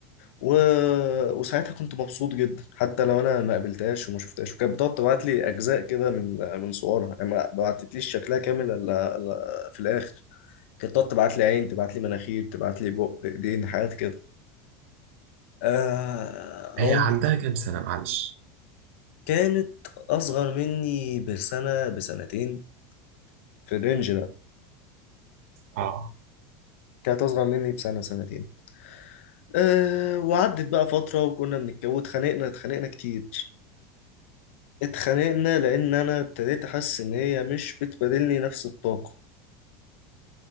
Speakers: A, on the left; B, on the right.
A: و... وساعتها كنت مبسوط جدا حتى لو أنا ما قابلتهاش وما شفتهاش وكانت بتقعد تبعت لي أجزاء كده من من صورها يعني ما بعتتليش شكلها كامل إلا إلا في الآخر كانت تقعد تبعت لي عين تبعت لي مناخير تبعت لي بق إيدين حاجات كده آه...
B: هي
A: أو...
B: عندها كام سنة معلش
A: كانت أصغر مني بسنة بسنتين في الرينج ده
B: اه
A: كانت أصغر مني بسنة سنتين أه وعدت بقى فترة وكنا بنتجوز اتخانقنا اتخانقنا كتير اتخانقنا لأن أنا ابتديت أحس إن هي مش بتبادلني نفس الطاقة